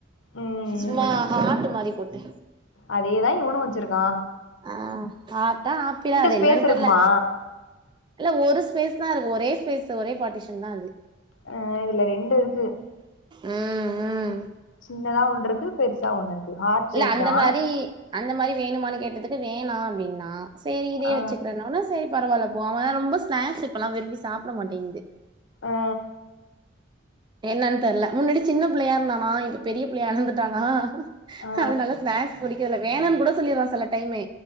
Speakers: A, on the left (about 65°); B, on the right (about 20°).
A: ம்
B: சும்மா ஹார்ட்டு மாறிப் போட்டு
A: அதேதா இவனு வெச்சிருக்கா
B: ஆ ஹார்ட்டா ஆப்பிளா அது
A: ஸ்பேஸ்
B: என்னனு
A: இருக்குமா
B: தெர்ல இல்ல ஒரு ஸ்பேஸ் தா இருக்கு ஒரே ஸ்பேஸ் ஒரே பார்டிஷன் தா அது
A: அ இதுல ரெண்டு இருக்கு
B: உம் உம்
A: சின்னதா ஒன்னுறு இருக்கு பெருசா ஒன்னு இருக்கு ஹார்ட்
B: இல்ல
A: ஷேப்
B: அந்த
A: தா
B: மாரி அந்த மாறி வேணுமான்னு கேட்டதுக்கு வேணா அப்டின்னா சேரி இதே
A: ஆ
B: வச்சுக்கிற நானு சேரி பரவால்ல இப்போ அவன் ரொம்ப ஸ்நாக்ஸ் இப்பல்லா விரும்பி சாப்பிட மாட்டிங்குது
A: அ அ
B: என்னன்னு தெர்ல முன்னடி சின்ன புள்ளையா இருந்தானா இப்ப பெரிய புள்ளையா அலந்துட்டானா
A: ஆ
B: அதனால ஸ்நேக்ஸ் புடிக்கல வேணான்னு கூட சொல்லிட்றா சில டைமே